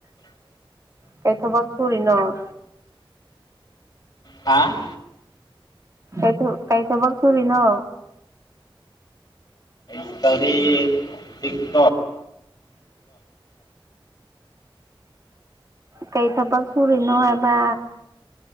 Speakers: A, on the right (about 35°); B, on the left (about 45°).
A: ꯀꯩ ꯊꯕꯛ ꯁꯨꯔꯤꯅꯣ
B: <unintelligible> ꯍꯥ
A: ꯀ ꯊ ꯀꯩ ꯊꯕꯛꯁꯨꯔꯤ ꯅ
B: ꯁꯨ ꯇꯗꯤ ꯆꯦ
A: ꯀꯩ ꯊꯕꯛ ꯁꯨꯔꯤꯅꯣ ꯍꯥꯏꯕ